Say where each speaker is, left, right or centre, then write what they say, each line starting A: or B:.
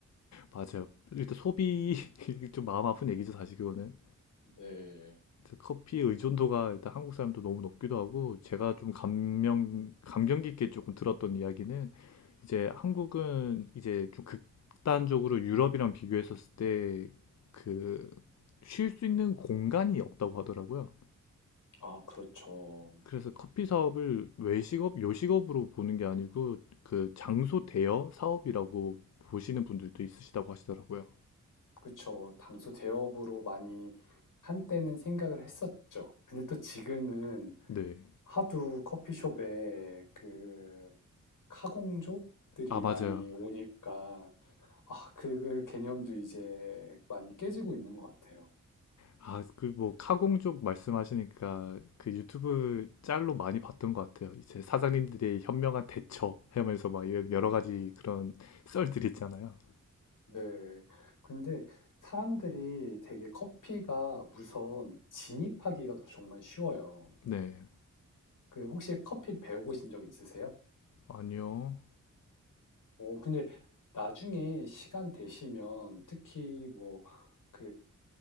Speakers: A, on the left; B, on the left.
A: 맞아요. 일단 소비 <laughs> 좀 마음 아픈 얘기죠, 사실 그거는.
B: 네,
A: 커피 의존도가 일단 한국 사람도 너무 높기도 하고 제가 좀 감명 감명 깊게 조금 들었던 이야기는 이제 한국은 이제 좀 극단적으로 유럽이랑 비교했었을 때 그 쉴 수 있는 공간이 없다고 하더라고요.
B: 아, 그렇죠.
A: 그래서 커피 사업을 외식업, 요식업으로 보는 게 아니고 그 장소 대여 사업이라고 보시는 분들도 있으시다고 하시더라고요.
B: 그렇죠. 당소 대업으로 많이 한때는 생각을 했었죠. 근데 또 지금은
A: 네.
B: 하도 커피숍에 그 카공족들이
A: 아, 맞아요.
B: 많이 오니까 아, 그 개념도 이제 많이 깨지고 있는 것 같아요.
A: 아, 그 뭐 카공 쪽 말씀하시니까 그 유튜브 짤로 많이 봤던 것 같아요. 이제 사장님들의 현명한 대처 하면서 막 이런
B: 음,
A: 여러 가지 그런 썰들 있잖아요.
B: 네. 근데 사람들이 되게 커피가 우선 진입하기가 더 정말 쉬워요.
A: 네.
B: 그 혹시 커피 배워보신 적 있으세요?
A: 아니요.
B: 오, 근데 나중에 시간 되시면 특히 뭐 그